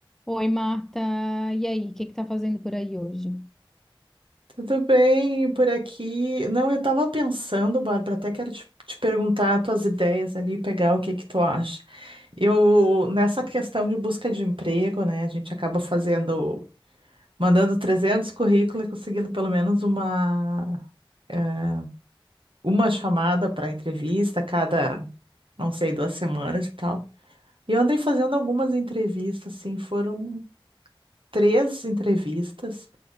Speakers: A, in the centre; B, on the right (about 65°).
A: Oi, Marta. E aí, o que que tá fazendo por aí hoje?
B: Tudo bem por aqui? Não, eu tava pensando, Bárbara, até quero te, te perguntar as tuas ideias ali, pegar o que que tu acha. Eu, nessa questão de busca de emprego, né, a gente acaba fazendo, mandando 300 currículos e conseguindo pelo menos uma, eh, uma chamada para entrevista cada, não sei, duas semanas e tal. E eu andei fazendo algumas entrevistas, assim, foram três entrevistas,